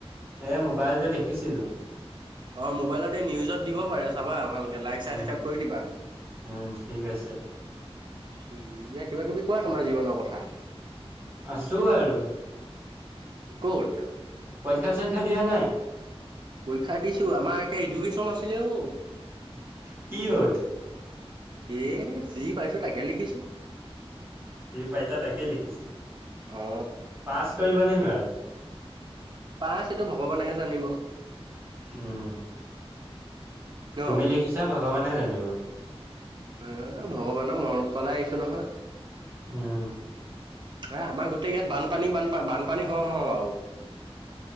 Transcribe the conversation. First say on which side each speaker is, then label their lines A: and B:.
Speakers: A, on the right; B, on the right.
A: এ মোবাইলতে দেখিছিলোঁ
B: অ মোবাইলতে নিউজত দিব পাৰে চাবা ভালক লইক চাবচক্ৰাইব
A: উম
B: কৰি দিবা।
A: উম ঠিক আছে
B: উ দিয়া কিবা কিবি কোৱা তোমাৰ জীৱনৰ কথা
A: আছোঁ আৰু
B: কত?
A: শিক্ষা চিক্ষা দিয়া নাই?
B: পৰীক্ষা দিছো আমাৰ একে এডুকেশ্যন আছিলে অ।
A: কি হ'ল?
B: এ যি পাইছো তাকে লিখিছো।
A: যি পাইছা তাকে লিখিছো
B: অ
A: পাছ কৰিব নে নোৱাৰ।
B: পাছ এইটো ভগৱানেহে জানিব
A: উম
B: ন
A: তুমি লিখিছা ভগৱানে জানিব।
B: এ ভগৱানৰ মৰমত পালাই আহিছো নহয়।
A: উম
B: হা আমাৰ গোটেই ইয়াত বানপানী বানপান বানপানী হ হ আৰু-